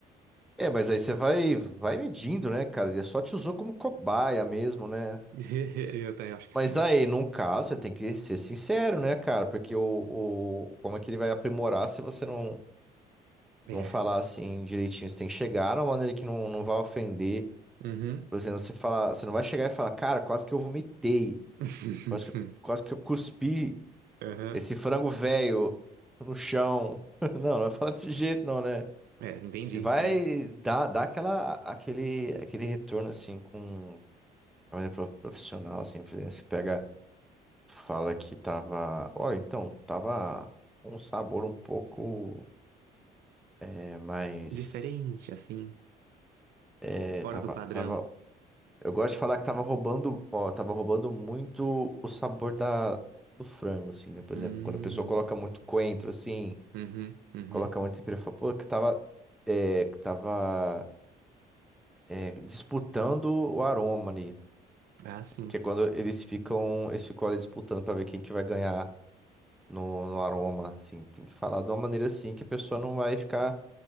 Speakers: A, in the centre; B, on the right.
A: É, mas aí você vai, vai medindo, né, cara? Ele só te usou como cobaia mesmo, né?
B: <laughs> Eu também acho que
A: Mas
B: sim.
A: aí, num caso, você tem que ser sincero, né, cara? Porque o, o- como é que ele vai aprimorar se você não,
B: É.
A: não falar assim direitinho? Você tem que chegar de uma maneira que não, não vai ofender.
B: Uhum.
A: Por exemplo, você fala, você não vai chegar e falar, cara, quase que eu vomitei,
B: <laughs>
A: quase que, quase que eu cuspi
B: Aham.
A: esse frango velho no chão. <laughs> Não, não vai falar desse jeito não, né?
B: É, entendi.
A: Você vai
B: É.
A: dar, dar aquela, aquele, aquele retorno assim com de maneira pro- profissional, assim, por exemplo, você pega, fala que tava, olha, então, tava com um sabor um pouco é, mais,
B: Diferente, assim.
A: é,
B: Fora
A: tava,
B: do padrão.
A: tava Eu gosto de falar que tava roubando, ó, tava roubando muito o sabor da, do frango, assim, né? Por
B: Hum.
A: exemplo, quando a pessoa coloca muito coentro, assim,
B: Uhum, uhum.
A: coloca muito pimenta, eu pô, que tava, é, que tava é, disputando o aroma ali.
B: Ah, sim.
A: Que é quando eles ficam, eles ficam ali disputando pra ver quem que vai ganhar no, no aroma, assim. Tem que falar de uma maneira assim que a pessoa não vai ficar